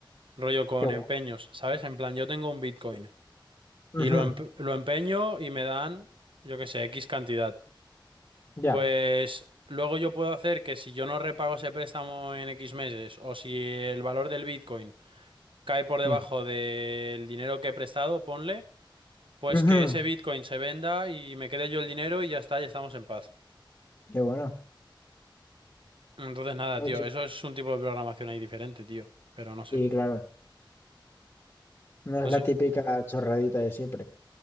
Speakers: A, on the right (about 75°); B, on the left (about 40°).
A: rollo con
B: qué guapo.
A: empeños, ¿sabes? En plan, yo tengo un Bitcoin
B: Sí. ujú,
A: y lo, emp- lo empeño y me dan, yo qué sé, X cantidad.
B: Ya,
A: Pues luego yo puedo hacer que si yo no repago ese préstamo en X meses o si el valor del Bitcoin cae por debajo
B: sí.
A: del dinero que he prestado, ponle, pues
B: ujú,
A: que ese Bitcoin se venda y me quede yo el dinero y ya está, ya estamos en paz.
B: Qué bueno.
A: Entonces nada,
B: Mucho.
A: tío, eso es un tipo de programación ahí diferente, tío. Pero no sé,
B: Sí, claro. No es
A: no
B: la
A: sé.
B: típica chorradita de siempre.